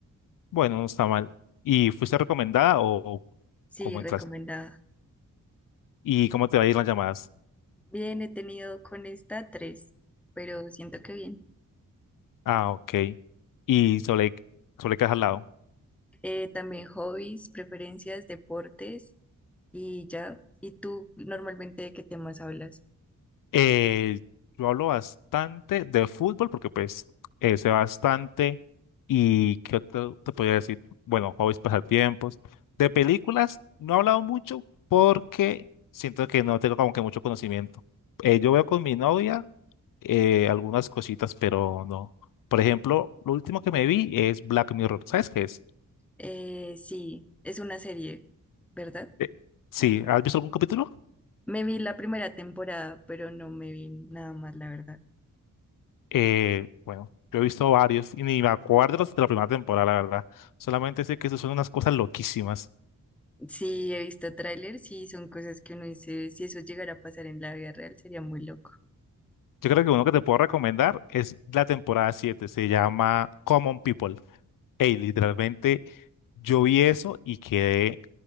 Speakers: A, on the left; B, in the centre.
A: Bueno, no está mal. ¿Y fuiste recomendada o o
B: Sí,
A: cómo
B: Bueno,
A: entras?
B: recomendada.
A: ¿Y cómo te va a ir las llamadas?
B: Bien, he tenido con esta tres, pero siento que bien.
A: Ah, ok. ¿Y sobre, sobre qué has hablado?
B: Eh, también hobbies, preferencias, deportes y ya. ¿Y tú normalmente de qué temas hablas?
A: Eh, yo hablo bastante de fútbol porque pues eh, sé bastante y qué otro te podría decir, bueno, hobbies, pasatiempos. De películas no he hablado mucho porque siento que no tengo como que mucho conocimiento. Eh, yo veo con mi novia eh, algunas cositas, pero no. Por ejemplo, lo último que me vi es Black Mirror. ¿Sabes qué es?
B: Eh, sí, es una serie, ¿verdad?
A: Eh, sí, ¿has visto algún capítulo?
B: Me vi la primera temporada, pero no me vi nada más, la verdad.
A: Eh, bueno, yo he visto varios y ni me acuerdo los de la primera temporada, la verdad. Solamente sé que eso son unas cosas loquísimas.
B: Sí, he visto trailers y son cosas que uno dice, si eso llegara a pasar en la vida real, sería muy loco.
A: Yo creo que uno que te puedo recomendar es la temporada 7. se llama Common People. Ey, literalmente yo vi eso y quedé